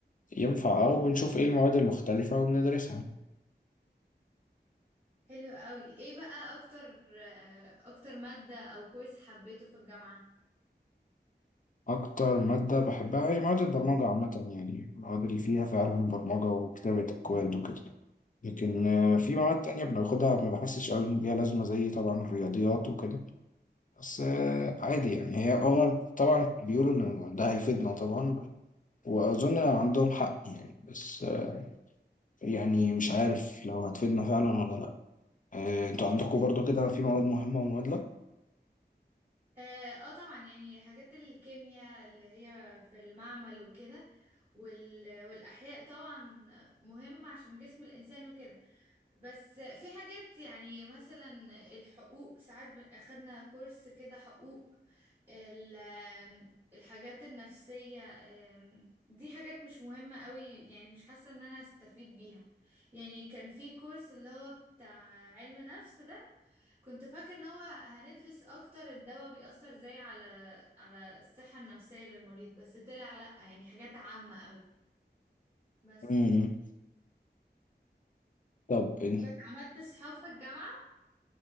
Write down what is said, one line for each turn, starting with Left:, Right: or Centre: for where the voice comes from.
Left: ينفع أو بنشوف إيه المواد المختلفة وبندرسها
Right: حلو قوي ايه بقى اكتر آه، اكتر مادة او كويس حبيته في الجامعة
Left: أكتر مادة بحبها هي مواد البرمجة عامة يعني المواد اللي فيها فعلا برمجة وكتابة أكواد وكده لكن آه، في مواد تانية بناخدها ما بحسش قوي إن ليها لازمة زي طبعا الرياضيات وكده بس آه، عادي يعني هي هو طبعا بيقولوا إن ده هيفيدنا طبعا وأظن عندهم حق يعني بس آه، يعني مش عارف لو هتفيدنا فعلا ولا لأ آه، أنتوا عندكم برضو كده في مواد مهمة ومواد لأ؟
Right: اه آه طبعا يعني حاجات الكيمياء اللي هي في المعمل وكده وال... والاحياء طبعا مهمة عشان جسم الانسان وكده بس في حاجات يعني مثلا الحقوق ساعات بن- اخدنا كورس كده حقوق ال- الحاجات النفسية أم، دي حاجات مش مهمة قوي يعني مش حاسة ان انا هستفيد بيها يعني كان في كورس اللي هو بتاع علم نفس ده كنت فاكر ان هو هندرس اكتر الدواء بيأثر ازاي على على الصحة النفسية للمريض بس طلع لأ يعني حاجات عامة قوي بس
Left: مم. طب أنت
Right: بس عملت صحاب في الجامعة